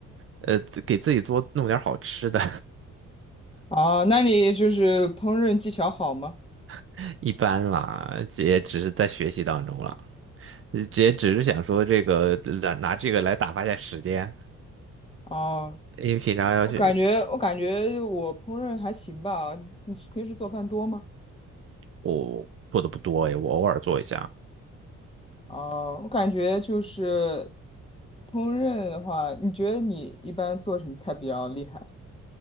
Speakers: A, on the right (about 45°); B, on the left (about 20°).
A: 呃自给自己多弄点好吃的。
B: 啊，那你就是烹饪技巧好吗？
A: <laughs> 一般啦，也只是在学习当中了，也只是想说这个拿拿这个来打发一下时间。
B: 哦、
A: 因为平常要去，
B: 我感觉我感觉我烹饪还行吧。你平时做饭多吗？
A: 我做的不多哎，我偶尔做一下。
B: 哦、我感觉就是烹饪的话，你觉得你一般做什么菜比较厉害？